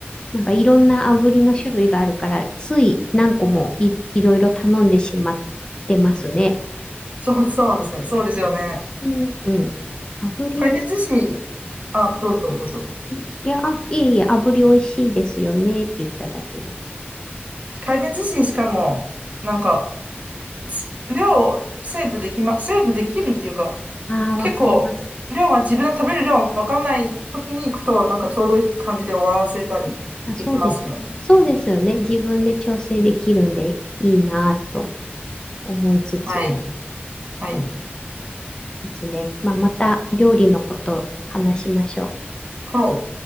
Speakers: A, on the left; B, on the right.
A: なんかいろんな炙りの種類があるから、つい何個もい、いろいろ頼んでしまってますね。
B: そう、そうなんですね。そうですよね。
A: うんうん炙りおいし
B: 回転寿司、あ、どうぞどうぞどうぞ。
A: い。いや、あ、いえいえ、炙りおいしいですよねって言っただけで。
B: 回転寿司しかも、なんか、す量をセーブできま、セーブできるっていうか、
A: ああ、わかります。
B: 結構、量が自分の食べる量がわかんない時に行くと、なんかちょうどいい感じで終わらせたりできますよね。
A: あ、そうです。そうですよね。自分で調整できるんでいいなぁと思いつつ。
B: はい。はい。
A: ですね。まあ、また料理のこと話しましょう。
B: はい。